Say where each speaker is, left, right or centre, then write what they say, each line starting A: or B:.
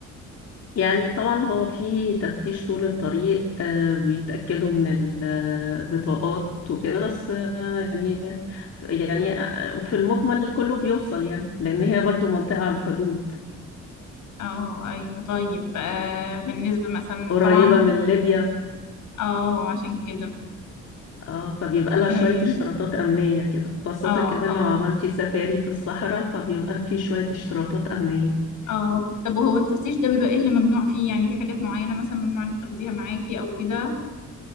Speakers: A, on the left (about 55°); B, on the left (about 75°).
A: يعني طبعا هو في تفتيش طول الطريق آه، بيتأكدوا من البطاقات وكده بس آه، يعني يعني آه، في المجمل كله بيوصل يعني لأن هي برضو منطقة على الحدود
B: اه أيوة طيب آه بالنسبة مثلا
A: قريبة
B: طبعا
A: من ليبيا
B: اه عشان كده
A: آه، فبيبقى لها
B: أيوة
A: شوية اشتراطات أمنية كده خاصة
B: اه
A: كمان
B: اه
A: لو عملتي سفاري في الصحراء فبيبقى في شوية اشتراطات أمنية
B: اه طب وهو التفتيش ده بيبقى ايه اللي ممنوع فيه يعني في حاجات معينة مثلا ممنوع انك تاخديها معاكي أو كده